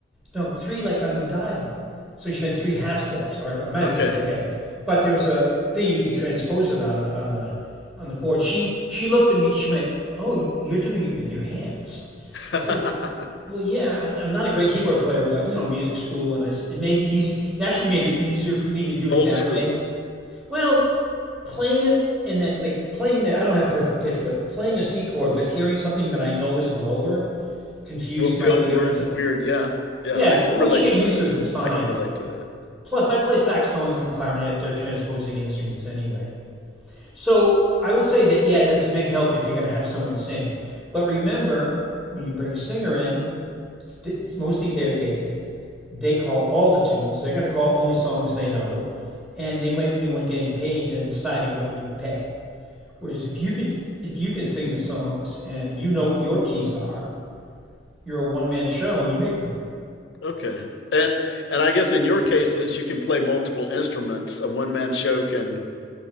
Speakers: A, in the centre; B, on the left (about 80°).
A: No, three like on the dial. So she meant three half steps. or a minor
B: Okay.
A: third. Okay. But there was a thing you can transpose it on the, on the on the board. She she looked at me. She went, oh, you're doing it with your hands.
B: <laughs>
A: I said, Well, yeah, I- am not a great keyboard player, but you know, music school, and I s- it made it easy. It actually made it easier for me to do it
B: Old
A: that
B: school.
A: way. Well, playing it and then like playing that I don't have perfect pitch, but playing a C chord, but hearing something that I know is lower confused
B: Will feel
A: my ear,
B: weird,
A: and
B: weird. Yeah, yeah.
A: yeah,
B: I can
A: once
B: relate
A: you get
B: to
A: used
B: that.
A: to it, it's fine.
B: I can relate to that.
A: Plus, I play saxophones and clarinet; they're transposing instruments anyway. So I would say that yeah, that's a big help if you're going to have someone sing. But remember, when you bring a singer in, it's it's mostly their gig. They call all the tunes. They're going to call only songs they know, and they might be the one getting paid than deciding what you pay. Whereas if you can if you can sing the songs and you know what your keys are, you're a one man show and you make more.
B: Okay. And and I guess in your case, since you can play multiple instruments, a one man show can